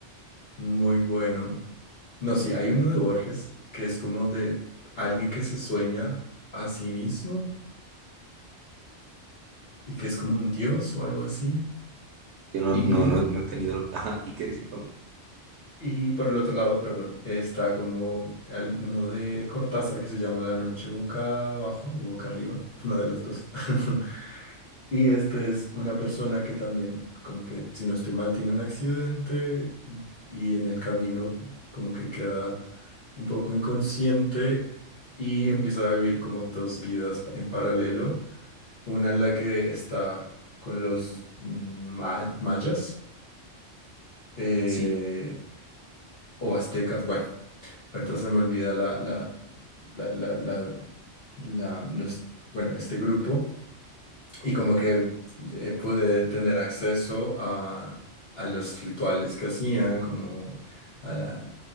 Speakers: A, on the left; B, on the right.
A: Muy bueno. No, sí, hay uno de Borges que es como de alguien que se sueña a sí mismo y que es como un dios o algo así.
B: yo no,
A: Y
B: no, no, no he tenido... lo- Ajá, ¿y qué dice?
A: Y por el otro lado, perdón, está como al- uno de Cortázar que se llama La noche boca abajo o boca arriba, <laughs> una de las dos. <laughs> Y este es una persona que también, como que si no estoy mal, tiene un accidente y en el camino como que queda un poco inconsciente y empieza a vivir como dos vidas pa- en paralelo, una en la que está con los mm, ma- mayas. eh,
B: Sí,
A: o aztecas, bueno, ahorita se me olvida la, la, la, la, la- la- los, bueno, este grupo, y como que eh, pude tener acceso a, a los rituales que hacían, como a,